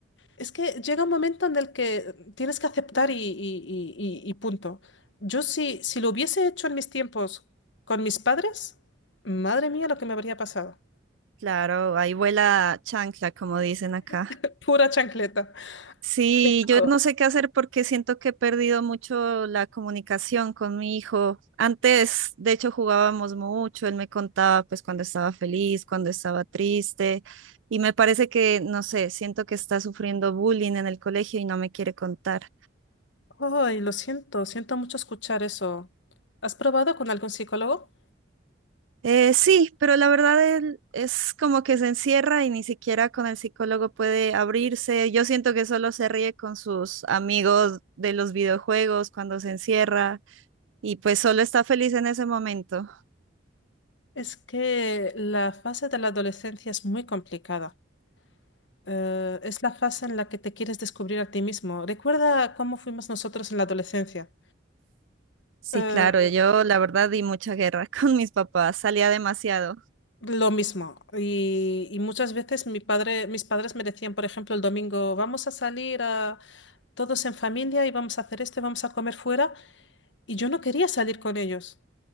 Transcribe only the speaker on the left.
Es que llega un momento en el que tienes que aceptar y, y- y- y- y punto. Yo si, si lo hubiese hecho en mis tiempos con mis padres, madre mía lo que me habría pasado.
<laughs> Pura chancleta.
Pero,
ay, lo siento, siento mucho escuchar eso. ¿Has probado con algún psicólogo?
Es que la fase de la adolescencia es muy complicada. Eh, es la fase en la que te quieres descubrir a ti mismo. Recuerda cómo fuimos nosotros en la adolescencia.
Eh,
Lo mismo. Y, y muchas veces mi padre, mis padres me decían, por ejemplo, el domingo, vamos a salir a, todos en familia y vamos a hacer esto, y vamos a comer fuera. Y yo no quería salir con ellos.